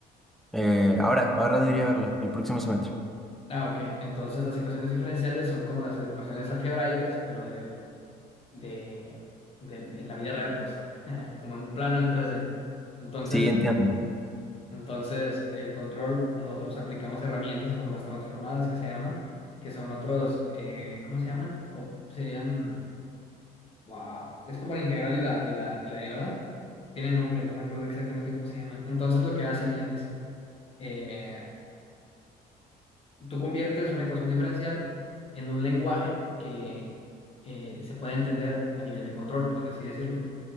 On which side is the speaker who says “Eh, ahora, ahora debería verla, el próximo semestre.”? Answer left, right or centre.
Centre